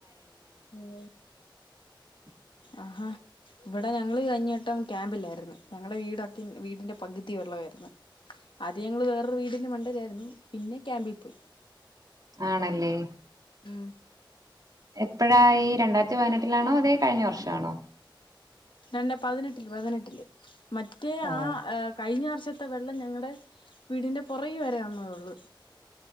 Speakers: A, on the left (about 70°); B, on the right (about 50°).
A: ഉം
B: <inaudible>
A: ആഹാ ഇവിടെ ഞങ്ങള് കഴിഞ്ഞവട്ടം ക്യാമ്പിലായിരുന്ന് ഞങ്ങടെ വീടാക്കിൻ വീടിന്റെ പകുതി വെള്ളം ആയിരുന്ന് ആദ്യം ഞങ്ങളു വേറൊരു വീടിന്റെ മണ്ടേലാരുന്നു പിന്നെ ക്യാമ്പിൽ പോയി
B: ആണല്ലേ
A: ഉം
B: എപ്പോഴാ ഈ രണ്ടായിരത്തി പതിനെട്ടിലാണോ അതെ കഴിഞ്ഞ വർഷമാണോ
A: രണ്ട് പതിനെട്ടില് പതിനെട്ടില് മറ്റേ
B: ഓ
A: ആഹ് ഏഹ് കയിഞ്ഞ വർഷത്തെ വെള്ളം ഞങ്ങടെ വീടിന്റെ പൊറകി വരേ വരുന്നുള്ളൂ